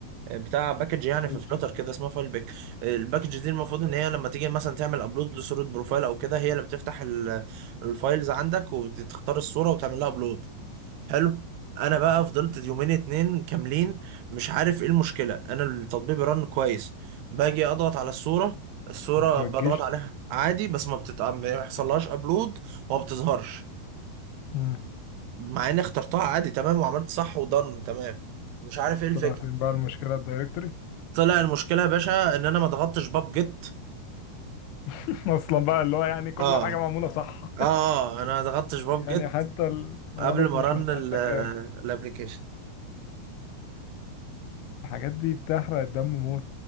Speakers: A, on the right; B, on the left.
A: بتاع باكج يعني
B: وجه.
A: في فلتر كده اسمها فايل بيك الباكج دي المفروض ان هي لما تيجي مثلا تعمل ابلود لصوره بروفايل او كده هي اللي بتفتح ال- الفايلز عندك وتختار الصوره وتعمل لها ابلود حلو انا بقى فضلت يومين اتنين كاملين مش عارف ايه المشكله انا التطبيق رن كويس باجي اضغط على الصوره الصوره
B: ما
A: بضغط
B: تجيش
A: عليها عادي بس ما بتت... ما يحصلهاش ابلود وما بتظهرش
B: مم.
A: مع اني اخترتها عادي تمام وعملت صح ودن تمام مش عارف ايه الفكره
B: طلع فين بقى المشكلة الدايركتوري
A: طلع المشكله يا باشا ان انا ما ضغطتش باب جيت
B: <laughs> اصلا بقى اللي هو يعني كل
A: اه
B: حاجة معمولة صح <laughs>
A: اه آه، انا ما ضغطتش باب
B: يعني
A: جيت
B: حتى الغلط
A: قبل ما
B: مش
A: رن
B: من عندك قوي
A: الابلكيشن
B: الحاجات دي بتحرق الدم موت